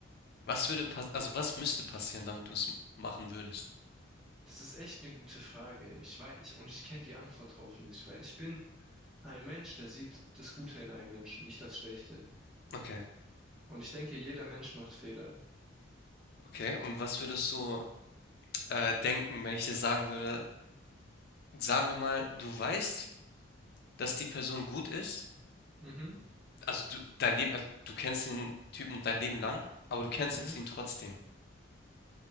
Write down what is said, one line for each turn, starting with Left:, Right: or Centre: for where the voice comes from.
Left: was würde pass also was müsste passieren, damit du es machen würdest?
Centre: Das ist echt eine gute Frage. Ich weiß, ich, und ich kenne die Antwort drauf nicht, weil ich bin ein Mensch, der sieht das Gute in einem Menschen, nicht das Schlechte.
Left: Okay,
Centre: Und ich denke, jeder Mensch macht Fehler.
Left: okay. Und was würdest du äh, denken, wenn ich dir sagen würde, sagen wir mal, du weißt, dass die Person gut ist,
Centre: Mhm.
Left: also du, dein Leben, also du kennst den Typen dein Leben lang, aber du cancelst
Centre: Mhm.
Left: ihn trotzdem.